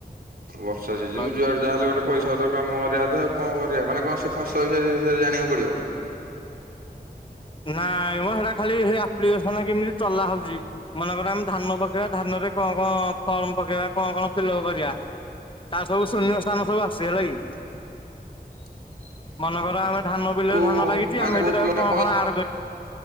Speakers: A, on the right; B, on the left.
A: ବର୍ଷା ସିଜିନ୍
B: ଧାର
A: ଯୁଆଡୁ
B: କରିଦବା।
A: ଯାହେଲେ ଗୋଟେ ପଇସା <unintelligible> କାମ କରିଆ କଥା ଆଉ କଣ କରିଆ, ମାନେ କଣ ସେ ଫସଲ କିଆରି ବିଷୟରେ ଜାଣିବାକୁ ପଡିବ?
B: ନାଇଁମ ସେଟା ଖାଲି ସେଇ ଆପ୍ଲିକେସନ୍ ଟା କେମିତି ଚଲା ହଉଚି ମନେକର ଆମେ ଧାନ ପକେଇବା ଧାନରେ କଣ-କଣ ଫର୍ମ ପକେଇବା କଣ-କଣ ଫିଲପ କରିଆ ତା ସବୁ ଶୂନ୍ୟସ୍ଥାନ ସବୁ ଆସେ ହେଲା କି।
A: <inaudible>
B: ମନେକର ଆମେ ଧାନ ବିଲରେ
A: କୋଉ
B: ଧାନ ଲାଗିଚି,
A: ମାନେ
B: ଆମେ
A: କୋଉ
B: ସେଥିରେ
A: ପ୍ଲଟଟା
B: କଣ-କଣ ଆଡ୍